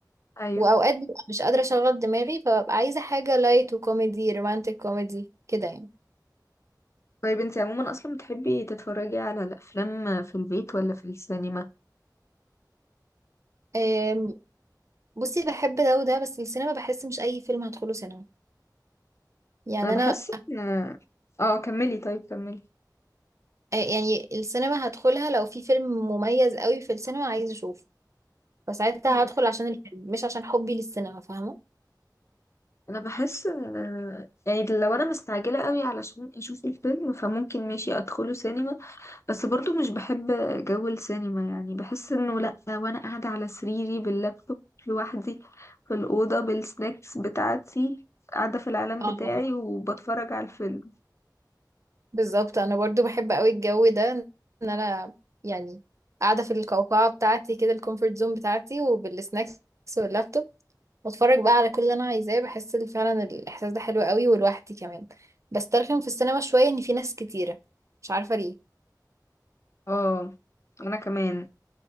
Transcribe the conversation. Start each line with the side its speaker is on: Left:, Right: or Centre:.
Left: أيوه
Right: واوقات ببقى مش قادرة اشغل دماغي فببقى عايزة حاجة لايت وكوميدي رومانتك كوميدي كده يعني
Left: طيب انت عموما اصلا بتحبي تتفرجي على الافلام في البيت ولا في السينما
Right: أم، بصي بحب ده وده بس السينما بحس مش اي فيلم هدخله سينما يعني
Left: انا بحس
Right: انا
Left: ان اه كملي طيب كملي
Right: أ- يعني السينما هدخلها لو في فيلم مميز قوي في السينما عايز اشوفه فساعتها
Left: مم.
Right: هدخل عشان الفيلم مش عشان حبي للسينما فاهمة
Left: انا بحس آه، يعني لو انا مستعجله قوي علشان اشوف الفيلم فممكن ماشي ادخله سينما بس برضو مش بحب جو السينما يعني بحس انه لا وانا قاعده على سريري باللابتوب لوحدي في الاوضه بالسناكس بتاعتي قاعده في العالم
Right: اه
Left: بتاعي وبتفرج على الفيلم
Right: بالظبط انا برضو بحب قوي الجو ده ان انا يعني قاعده في القوقعه بتاعتي كده الكومفورت زون بتاعتي وبالسناكس واللابتوب واتفرج بقى على كل اللي انا عايزاه بحس إن فعلا الاحساس ده حلو قوي ولوحدي كمان بسترخم في السينما شويه ان في ناس كتيره مش عارفه ليه
Left: اه انا كمان